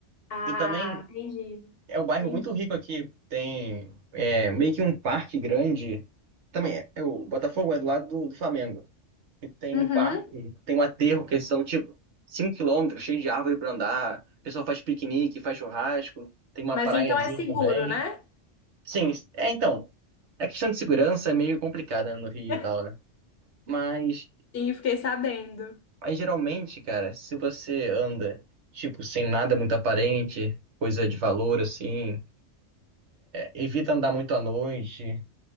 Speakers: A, on the left (about 55°); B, on the right (about 70°).
A: Ah,
B: E também
A: entendi.
B: é um bairro
A: Entendi.
B: muito rico aqui. Tem é, meio que um parque grande. Também é, é o Botafogo é do lado do, do Flamengo. E tem
A: Uhum.
B: um parque, tem um aterro que são tipo 5 quilômetros, cheio de árvore para andar. O pessoal faz piquenique, faz churrasco. Tem uma
A: Mas
B: praiazinha
A: então é seguro,
B: também.
A: né?
B: Sim, é então. A questão de segurança é meio complicada no Rio
A: <laughs>
B: e tal, né? Mas,
A: Sim, fiquei sabendo.
B: mas geralmente, cara, se você anda, tipo, sem nada muito aparente, coisa de valor, assim Evita andar muito à noite,